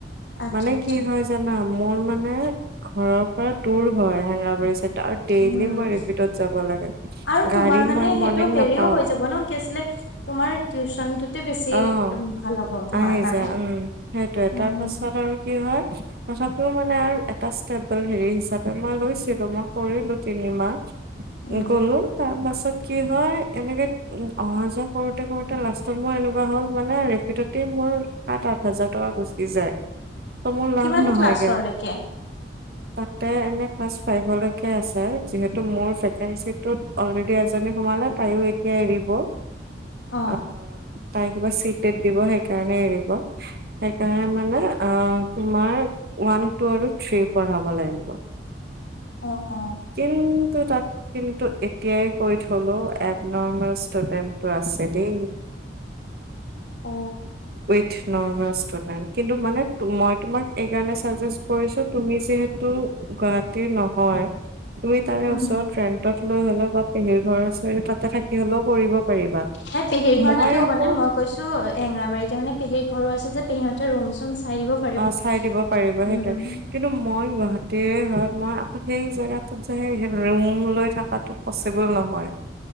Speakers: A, on the left (about 85°); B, on the right (about 60°).
A: আচ্ছা
B: মানে
A: আচ্ছা
B: কি হয় জানা মোৰ মানে ঘৰৰ পৰা দুৰ হয় হেঙৰাবাৰী চাইদে আৰু ডেইলি
A: উম
B: মই ৰে <unintelligible> যাব লাগে
A: আৰু
B: গাড়ী
A: তোমাৰ মানে
B: মই মৰ্নিং
A: সেইটো হেৰিও
B: নাপাও।
A: হৈ যাব ন কি আছিলে তোমাৰ টিউচনটোতে বেছি
B: অ'
A: উম, ভাল হ'ব তোমাৰ
B: আহি
A: কাৰণে
B: যায় উম সেইটোয়ে
A: উম
B: তাৰ পাছত আৰু কি হয় তথাপিও মানে আৰু এটা ষ্টেবল হেৰি হিচাপে মই লৈছিলো মই কৰিলো তিনিমাহ।
A: উম
B: গ'লো তাৰ পাছত কি হয় এনেকে উম অহা যোৱা কৰোতে- কৰোতে লাষ্টত মই এনে <unintelligible> হ'ল মানে ৰেপিডতে মোৰ সাত আঠ হাজাৰ টকা গুচি যায়। ত মোৰ
A: কিমান
B: লাভ নহয়গে।
A: ক্লাছৰলৈকে <inaudible>
B: তাতে এনে ক্লাছ ফাইভ লকে আছে যিহেতু মোৰ ভেকেনছিটোত অলৰেদি এজনী সোমা মানে তাইও এতিয়া এৰিব।
A: অ'।
B: আহ তাই কিবা চি টেত দিব সেইকাৰণে এৰিব সেইকাৰণে মানে অ' তোমাৰ ওৱান টু আৰু থ্ৰী পঢ়াব লাগিব।
A: অ অ
B: কিন্তু তাক কিন্তু এতিয়াই কৈ থলো এব নৰ্মেল ষ্টুডেণ্টটো আছে দেই।
A: অ
B: উইথ নৰ্মেল। <unintelligible> কিন্তু মানে মই তোমাক এইকাৰণে চাযেষ্ট কৰিছোঁ তুমি যিহেতু এ নহয় তুমি তাৰে
A: উম
B: ওচৰত ৰেন্টত লৈ হ'লেও বা পেহীৰ ঘৰৰ ওচৰত তাতে থাক কি হ'লেও কৰিব পাৰিবা।
A: নাই পেহীৰ ঘৰত
B: মই
A: নাথাকো
B: আকৌ
A: মানে মই কৈছোঁ অ হেংৰাবাৰীতে মানে পেহীৰ ঘৰো আছে যে পেহিহঁতে ৰুম চুম চাই দিব পাৰিব
B: অ' চাই দিব পাৰিবা
A: উম
B: সেইটোয়ে, কিন্তু মই গুৱাহা <unintelligible> হয় মই আকৌ সেই জেগাটোত যে ৰুম লৈ থাকাত পচিবল নহয়